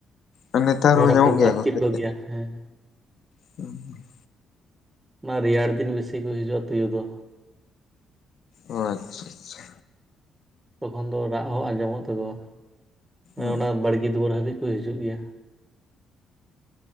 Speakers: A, on the left; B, on the right.
A: ᱟᱨ ᱱᱮᱛᱟᱨ
B: ᱢᱮᱨᱚᱢ
A: ᱦᱚᱸ ᱧᱟᱢᱚᱜ
B: ᱠᱚᱠᱚ
A: ᱜᱮᱭᱟ
B: ᱟᱹᱛᱠᱤᱨ
A: ᱠᱚ ᱥᱮ
B: ᱠᱚᱜᱮᱭᱟ
A: ᱪᱮᱫ
B: ᱦᱮᱸ
A: <inaudible>
B: ᱟᱨ ᱨᱮᱭᱟᱲ ᱫᱤᱱ ᱵᱮᱥᱤ ᱠᱚ ᱦᱤᱡᱩᱜᱼᱟ ᱛᱩᱭᱩ ᱫᱚ
A: ᱟᱪᱪᱷᱟ ᱟᱪᱪᱷᱟ
B: ᱛᱚᱠᱷᱚᱱ ᱫᱚ ᱨᱟᱜ ᱦᱚᱸ ᱟᱸᱡᱚᱢᱚᱜ ᱛᱟᱠᱚᱣᱟ
A: ᱚ
B: ᱚᱱᱟ ᱵᱟᱲᱜᱮ ᱫᱩᱣᱟᱹᱨ ᱦᱟᱹᱵᱤᱡ ᱠᱚ ᱦᱤᱡᱩᱜ ᱜᱮᱭᱟ